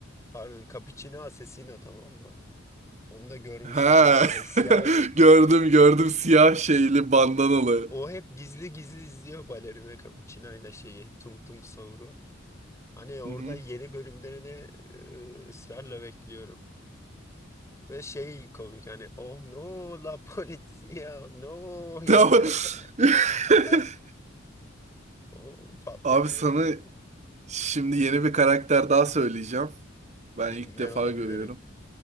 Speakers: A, on the left; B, on the right.
A: pardon Capuchino Asesino tamam mı? Onu da görmüşündür
B: Ha.
A: böyle siyah.
B: <laughs> Gördüm gördüm siyah şeyli bandanalı.
A: O hep gizli gizli izliyor Balerina Capuchino ile şeyi Tung Tung Saur'u. Hani orada
B: Hı hı.
A: yeni bölümlerini e, ısrarla bekliyorum. Ve şey komik hani oh no la polizia no yapıyorlar.
B: Tamam. <laughs>
A: <laughs> O patlatıyor.
B: Abi sana şimdi yeni bir karakter daha söyleyeceğim. Ben
A: Bilmiyor
B: ilk defa
A: olabilirim.
B: görüyorum.